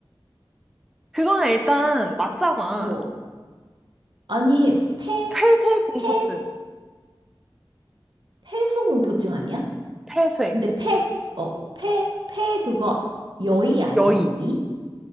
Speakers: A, in the centre; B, on the right (about 60°).
A: 그거는 일단 맞잖아.
B: 어. 아니, 폐,
A: 폐쇄 공포증.
B: 폐, 폐소공포증 아니야?
A: 폐쇄.
B: 근데 폐, 어, 폐, 폐 그거 여의 아니야,
A: 여의.
B: 여의?